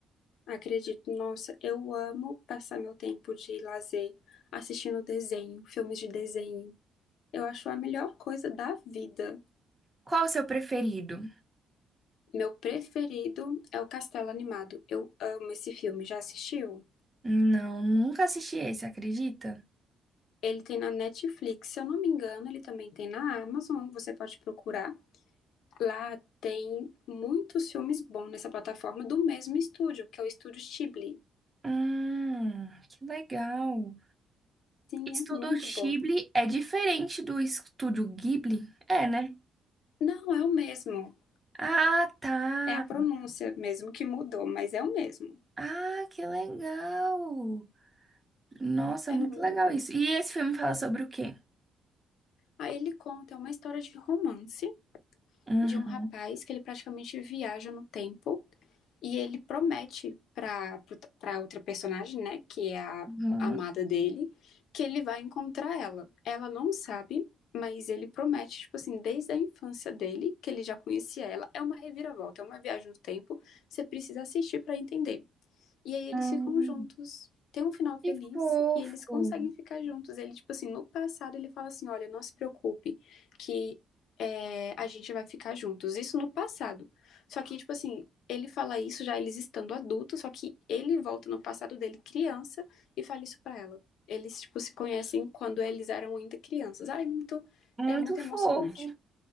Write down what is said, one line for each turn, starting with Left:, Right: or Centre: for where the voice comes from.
Left: Acredito, nossa, eu amo passar meu tempo de lazer assistindo desenho, filmes de desenho. Eu acho a melhor coisa da vida.
Right: Qual o seu preferido?
Left: Meu preferido é o Castelo Animado. Eu amo esse filme. Já assistiu?
Right: Não, nunca assisti esse, acredita?
Left: Ele tem na Netflix, se eu não me engano, ele também tem na Amazon. Você pode procurar. Lá tem muitos filmes bons nessa plataforma do mesmo estúdio, que é o estúdio Ghibli.
Right: Hum, que legal.
Left: Sim,
Right: Estúdio
Left: é muito bom.
Right: Ghibli é diferente do Estúdio Ghibli? É, né?
Left: Não, é o mesmo.
Right: Ah, tá.
Left: É a pronúncia mesmo que mudou, mas é o mesmo.
Right: Ah, que legal! Nossa, muito
Left: É muito
Right: legal
Left: bom.
Right: isso. E esse filme fala sobre o quê?
Left: Aí ele conta uma história de romance
Right: Uhum.
Left: de um rapaz que ele praticamente viaja no tempo E ele promete para para outra personagem, né, que é a
Right: Uhum.
Left: amada dele, que ele vai encontrar ela. Ela não sabe, mas ele promete, tipo assim, desde a infância dele, que ele já conhecia ela. É uma reviravolta, é uma viagem no tempo, você precisa assistir para entender. E aí eles
Right: Hum,
Left: ficam juntos, tem um final feliz
Right: Que fofo!
Left: e eles conseguem ficar juntos. Ele, tipo assim, no passado ele fala assim: olha, não se preocupe, que é, a gente vai ficar juntos. Isso no passado. Só que, tipo assim, ele fala isso já eles estando adultos, só que ele volta no passado dele criança e fala isso pra ela. Eles, tipo, se conhecem quando eles eram ainda crianças. Ah, é muito,
Right: Muito
Left: é muito
Right: fofo.
Left: emocionante.